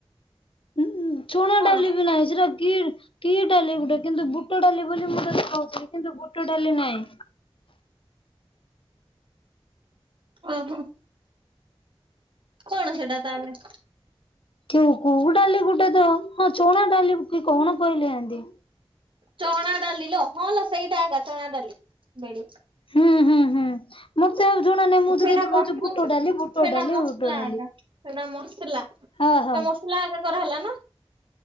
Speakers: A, on the left; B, on the right.
A: ଉଁ ଚଣା
B: କଣ?
A: ଡାଲି ବି ନାହିଁ ସେଟା କି କି ଡାଲି ଗୋଟେ? କିନ୍ତୁ ବୁଟ ଡାଲି ବୋଲି ମୁଁ ତତେ କହୁଥିଲି କିନ୍ତୁ ବୁଟ ଡାଲି ନାହିଁ।
B: ଓ ହୁଁ। କଣ ସେଟା ତାହେଲେ?
A: କେଉ କୋଉ ଡାଲି ଗୋଟେ ତ ହଁ ଚଣା ଡାଲି କି କଣ କହିଲେ ଆଣ୍ଟି।
B: ଚଣା ଡାଲି ଲୋ ହଁ ଲୋ ସେଇଟା ଏକା ଚଣା ଡାଲି ବେଡି।
A: ହୁଁ ହୁଁ ହୁଁ। ମତେ ଆଉ ଜଣା ନାହିଁ ମୁଁ ଯେ
B: ସେଟା
A: ତତେ
B: ମସଲା
A: କହୁଛି ବୁଟ ଡାଲି ବୁଟ
B: ସେଟା
A: ଡାଲି
B: ମସଲାଟା
A: ବୁଟ ଡାଲି।
B: ସେଟା ମସଲା। ସେଟା
A: ହଁ ହଁ
B: ମସଲା ଏକା କରା ହେଲା ନା।